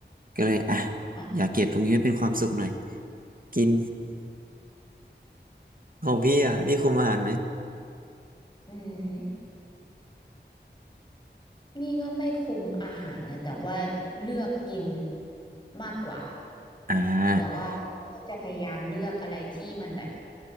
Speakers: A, on the right; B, on the left.
A: ก็เลยอ่ะ
B: อ่ะ
A: อยากเก็บตรงนี้ไว้เป็นความสุขหน่อยกิน <laughs> ของพี่อ่ะพี่คุมอาหารไหม
B: อืม นี่ก็ไม่คุมอาหารกันแต่ว่าเลือกกินมากกว่า
A: อ่า
B: แบบว่าก็จะพยายามเลือกอะไรที่มันแบบ